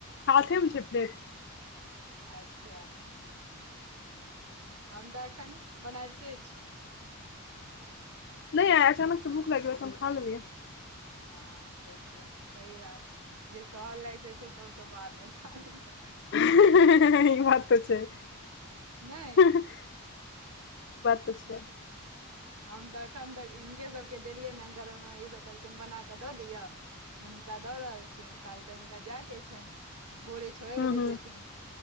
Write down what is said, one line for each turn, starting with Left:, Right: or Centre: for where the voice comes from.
Left: हाथे में छैे प्लेट।
Right: अच्छ हम तऽ एखन बनाबिते छी।
Left: नै आइ अचानक स भूख लाइग लेगै तऽ हम खा लेलियै।
Right: हँ देखियौ सही बात छै जे सहल रहै छै। सब स बादमे खा लै छै।
Left: <unintelligible>
Right: नहि
Left: ई बात तऽ छै।
Right: <unintelligible> हम तऽ एखन तक हिन केँ सभ केँ देलियैन हे गरम ईसभ कहलखिन बना कऽ दऽ दिय। हम हिनका दऽ रहल छियाइन काइलह तऽ हिनका जाय केँ छैन भोरे छए
Left: हूँ
Right: बजे
Left: हूँ
Right: जेथिन।